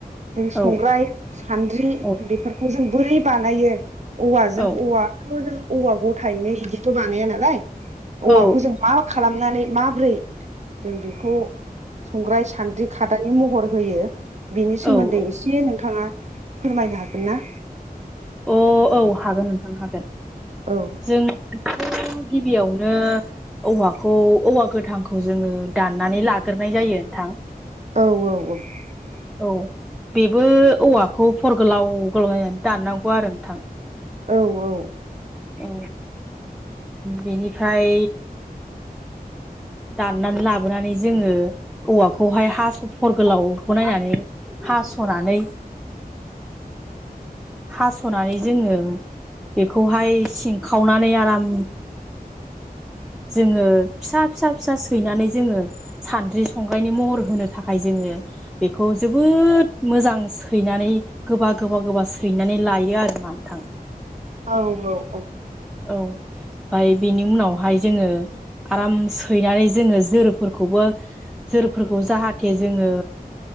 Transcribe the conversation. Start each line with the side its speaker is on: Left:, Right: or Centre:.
Right: जों संग्राय
Centre: औ
Right: सान्द्रि
Centre: औ
Right: बेफोरखौ जों बोरै बानायो औवाजों
Centre: औ
Right: औवाथ' जों औवा गथायैनो बिदिथ' बानाया नालाय औवाखौ
Centre: औ
Right: जों मा खालामनानै माब्रै जों बेखौ संग्राय सान्द्रि खादानि महर होयो बिनि सोमोन्दै
Centre: औ औ
Right: एसे नोंथाङा फोरमायनो हागोन ना
Centre: अ औ हागोन नोंथां हागोन
Right: औ
Centre: जोंथ' गिबियावनो औवाखौ औवा गोथांखौ जोङो दाननानै लाग्राय जायो नोंथां
Right: औ औ औ
Centre: औ बेबो औवाखौ फर गोलाव गोलाव नायनानै दाननांगौ आरो नोंथां
Right: औ औ
Centre: औ बेनिफ्राय दाननानै लाबोनानै जोङो औवाखौहाय हास फर गोलावखौ नायनानै हास'नानै हास'नानै जोङो बेखौहाय सिंखावनानै आराम जोङो फिसा फिसा फिसा सैनानै जोङो सानद्रि संग्रायनि महर होनो थाखाय जोङो बेखौ जोबोद मोजां सैनानै गोबा गोबा गोबा सैनानै लायो आरो नोथां
Right: औ औ औ
Centre: औ ओमफ्राय बेनि उनावहाय जोङो आराम सैनानै जोङो जोरोफोर खौबो जोरफोरखौ जाहाथे जोङो